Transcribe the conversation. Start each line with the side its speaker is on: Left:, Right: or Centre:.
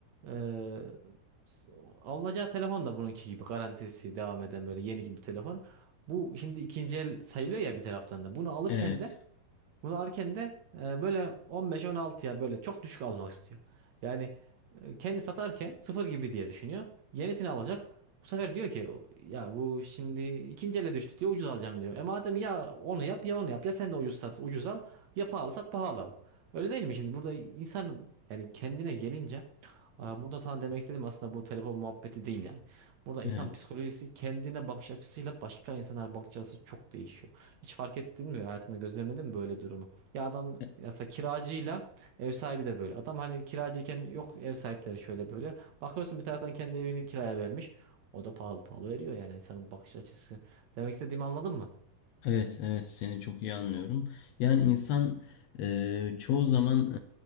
Right: Ee, s- alınacağı telefon da bununki gibi garantisi devam eden böyle yeni gibi bir telefon. Bu şimdi ikinci el sayılıyor ya bir taraftan da. Bunu alırken
Left: evet,
Right: de bunu alırken de e, böyle 15-16'ya böyle çok düşük almak istiyor. Yani e, kendi satarken sıfır gibi diye düşünüyor. Yenisini alacak. Bu sefer diyor ki ya bu şimdi ikinci ele düştü diyor ucuz alacağım diyor. E madem ya onu yap ya onu yap ya sen de ucuz sat ucuz al ya pahalı sat pahalı al. Öyle değil mi şimdi? Burada insan yani kendine gelince e, burada sana demek istediğim aslında bu telefon muhabbeti değil yani. Burada
Left: evet.
Right: insan psikolojisi kendine bakış açısıyla başka insanlara bakış açısı çok değişiyor. Hiç fark ettin mi? Hayatında gözlemledin mi böyle durumu? Ya adam ya
Left: E-
Right: mesela kiracıyla ev sahibi de böyle. Adam hani kiracıyken yok ev sahipleri şöyle böyle. Bakıyorsun bir taraftan kendi evini kiraya vermiş. O da pahalı pahalı veriyor yani insanın bakış açısı. Demek istediğimi anladın mı?
Left: Evet, evet seni çok iyi anlıyorum. Yani insan e, çoğu zaman